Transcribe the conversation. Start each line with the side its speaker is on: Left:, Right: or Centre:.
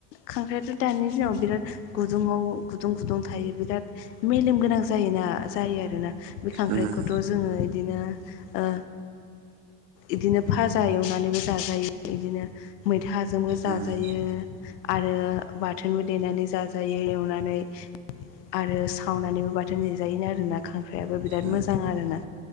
Left: खांख्रायाथ' दानि दिनाव बिराद गुदुङाव गुदुं गुदुं थायो बिराद मेलेम गोनां जायोना जायो आरो ना? बि खांख्राइखौथ'
Right: उम
Left: जोङो इदिनो ओ इदिनो भाजा एवनानैबो जाजायो इदिनो मैथाजोंबो जाजायो
Right: उम
Left: आरो आरो बाथोनबो देनानै जाजायो एवनानै आरो सावनानैबो बाथोन देजायोनो आरोना खांख्रायाबो बिराद
Right: उम
Left: मोजां आरोना